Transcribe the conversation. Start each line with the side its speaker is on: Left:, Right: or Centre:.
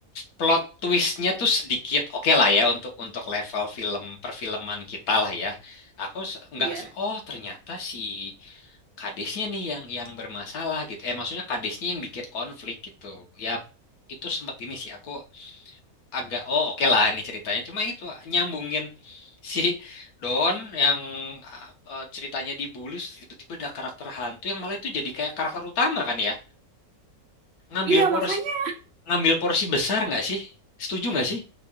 Left: plot twistnya tuh sedikit oke lah ya untuk untuk level film perfilman kita lah ya. Aku se- nggak
Right: Iya,
Left: se- oh ternyata si kadesnya nih yang yang bermasalah gitu. Eh maksudnya kadesnya yang bikin konflik gitu. Ya itu sempet ini sih aku agak oh oke lah ini ceritanya. Cuma itu nyambungin si Don yang eh, eh, ceritanya dibully terus tiba-tiba ada karakter hantu yang malah itu jadi kayak karakter utama kan ya. Ngambil
Right: iya
Left: porsi
Right: makanya,
Left: ngambil porsi besar nggak sih? Setuju nggak sih?